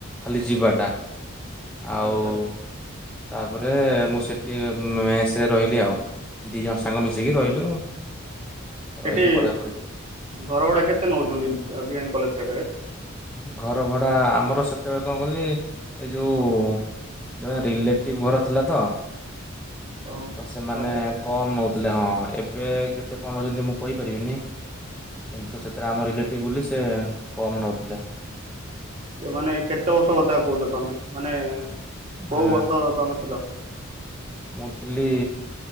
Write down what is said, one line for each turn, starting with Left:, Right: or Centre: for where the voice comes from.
Centre: ଖାଲି ଯିବାଟା। ଆଉ
Right: ଆଚ୍ଛା ଆଚ୍ଛା
Centre: ତାପରେ ମୁଁ ସେଠି ମେସରେ ରହିଲି ଆଉ। ଦି ଜଣ ସାଙ୍ଗ ମିଶିକି ରହିଲୁ।
Right: ସେଠି
Centre: ରହିକି ପଢାପଢି
Right: ଘର ଭଡା କେତେ ନେଉଛନ୍ତି, ଭି ଏନ କଲେଜ ପାଖେରେ?
Centre: ଘର ଭଡ଼ା ଆମର ସେତେବେଳେ କଣ କଲି ଏ ଯୋଉ ଜଣେ ରିଲେଟିଭ ଘର ଥିଲା ତ
Right: ଓ
Centre: ତ ସେମାନେ
Right: ଆଚ୍ଛା।
Centre: କମ୍ ନୋଉଥିଲେ ହଁ ଏବେ କେତେ କଣ ନେଉଛନ୍ତି ମୁଁ କହିପାରିବିନି। କିନ୍ତୁ ସେଥିରେ ଆମ ରିଲେଟିଭ ବୋଲି ସେ କମ ନଉଥିଲେ।
Right: କେ ମାନେ କେତେ ବର୍ଷ କଥା କହୁଛ ତମେ ମାନେ କୋଉ
Centre: ଆ
Right: ବର୍ଷ ତମେ ଥିଲ?
Centre: ମୁଁ ଥିଲି